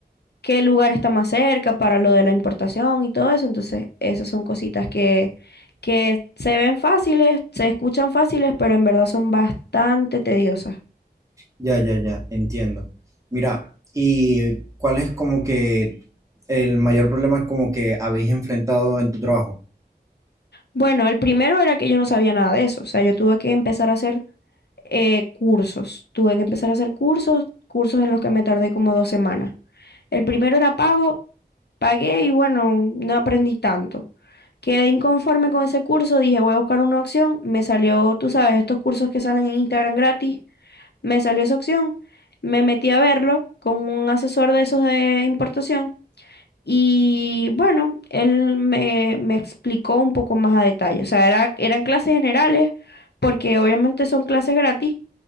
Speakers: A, on the left (about 75°); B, on the right (about 20°).
A: qué lugar está más cerca para lo de la importación y todo eso. Entonces, esas son cositas que, que se ven fáciles, se escuchan fáciles, pero en verdad son bastante tediosas.
B: ya, ya, ya, entiendo. Mira, ¿y cuál es como que el mayor problema como que habéis enfrentado en tu trabajo?
A: Bueno, el primero era que yo no sabía nada de eso, o sea, yo tuve que empezar a hacer eh, cursos, tuve que empezar a hacer cursos, cursos en los que me tardé como dos semanas. El primero era pago, pagué y bueno, no aprendí tanto. Quedé inconforme con ese curso, dije voy a buscar una opción, me salió, tú sabes, estos cursos que salen en Instagram gratis, me salió esa opción, me metí a verlo con un asesor de esos de importación y bueno, él me, me explicó un poco más a detalle, o sea, era, eran clases generales porque obviamente son clases gratis